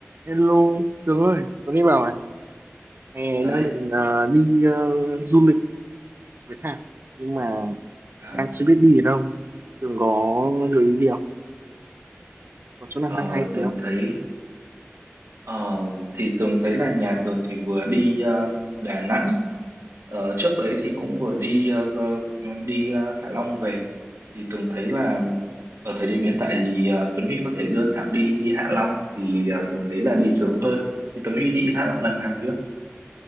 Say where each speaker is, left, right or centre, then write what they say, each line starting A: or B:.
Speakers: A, on the right (about 50°); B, on the right (about 75°).
A: Hello, Tường ơi, Tuấn đi bảo này, hè
B: đấy
A: đang định ờ, đi ờ, du lịch với Thảo, nhưng mà
B: à,
A: đang chưa biết đi ở đâu. Tường có gợi ý gì không? Có chỗ nào
B: ờ,
A: hay hay thì
B: Tường
A: không?
B: thấy ờ, thì Tường thấy là nhà Tường thì vừa đi ờ, Đà Nẵng ờ, trước đấy thì cũng vừa đi ờ, vơ- đi ờ, Hạ Long về thì Tường thấy là ở thời điểm hiện tại thì ờ, Tuấn Huy có thể đưa Thảo đi đi Hạ Long thì ờ, Tường thấy là đi sướng hơn thì Tuấn Huy đi Hạ Long lần nào chưa